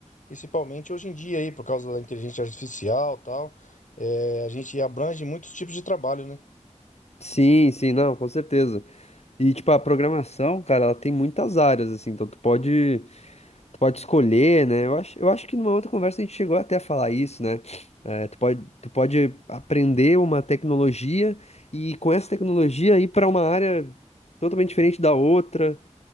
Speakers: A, on the left; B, on the left.
A: principalmente hoje em dia aí por causa da inteligência artificial, e tal, é, a gente abrange muitos tipos de trabalho, né?
B: Sim, sim, não, com certeza. E, tipo, a programação, cara, ela tem muitas áreas, assim, então tu pode, tu pode escolher, né? Eu acho, eu acho que numa outra conversa a gente chegou até a falar isso, né? Eh, tu pode, tu pode aprender uma tecnologia e com essa tecnologia ir para uma área totalmente diferente da outra,